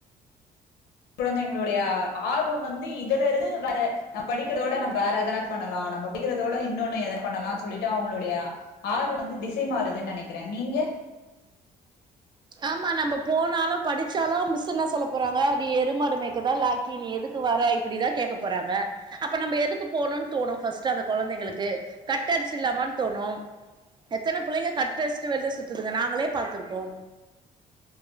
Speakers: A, on the left; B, on the right.
A: குழந்தைங்களுடைய ஆ ஆர்வம் வந்து இதுல இருந்து வற நம் படிக்கிறதவிட நம்ம வேற எதனாச்சி பண்ணலா நம்ம பிகறதோட இன்னொன்னு எத பண்ணலான்னு சொல்லிட்டு அவங்களுடைய ஆ ஆறு வந்து திசை மாறுதுன்னு நனைக்கிற நீங்க
B: ஆமா நம்ம போனாலு படிச்சாலு மிஸ் என்ன சொல்ல போறாங்க நீ எருமாடு மேய்க்கதா லாக் கி நீ எதுக்கு வர இப்டிதா கேக்க போறாங்க அப்ப நம்ம எதுக்கு போணுன்னு தோணு ஃபர்ஸ்ட் அந்த கொழந்தைங்களுக்கு கட் அடிச்சிலாமானு தோணு எத்தன புள்ளங்க கட்டடிச்சிட்டு வெளில சுத்துதுங்க நாங்களே பாத்துருக்கோ